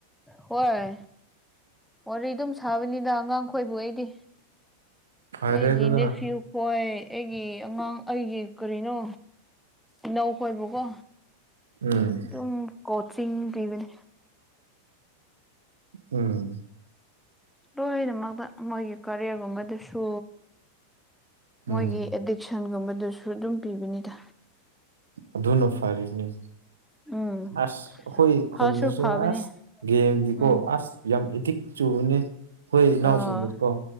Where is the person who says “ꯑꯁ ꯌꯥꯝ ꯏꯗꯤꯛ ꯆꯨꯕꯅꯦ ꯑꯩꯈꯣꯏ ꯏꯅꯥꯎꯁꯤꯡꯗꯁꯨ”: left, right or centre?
Right